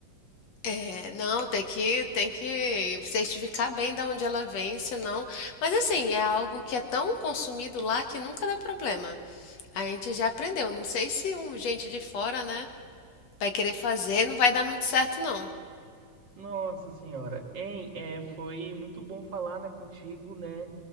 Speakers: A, on the left (about 55°); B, on the right (about 35°).
A: É, não, tem que, tem que certificar bem da onde ela vem, senão. Mas assim, é algo que é tão consumido lá que nunca dá problema. A gente já aprendeu. Não sei se um gente de fora, né, vai querer fazer, não vai dar muito certo, não.
B: Nossa senhora, hein? É, foi muito bom falar, né, contigo, né?